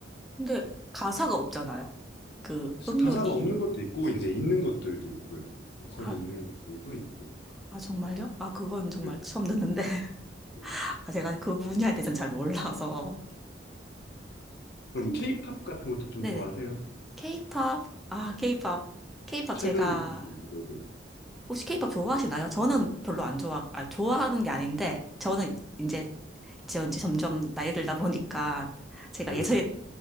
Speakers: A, in the centre; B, on the left.
A: 근데 가사가 없잖아요. 그 음요리
B: 가사가 없는 것도 있고 이제 있는 것들도 있고요. 보컬이
A: 아,
B: 있는 것들도 있고.
A: 아 정말요? 아 그건 정말
B: 네.
A: 처음 듣는데
B: 음.
A: <laughs> 아 제가 그 분야에 대해서는 잘 몰라서
B: 그럼
A: 근데
B: 케이팝 같은 것도 좀
A: 네네
B: 좋아하세요?
A: 케이팝 아 케이팝 케이팝
B: 최근
A: 제가
B: 그래도
A: 혹시 케이팝 좋아하시나요? 저는 별로 안 좋아, 아, 좋아하는 게 아닌데, 저는 이제, 저 이제 점점 나이 들다 보니까, 제가
B: 네네.
A: 예전에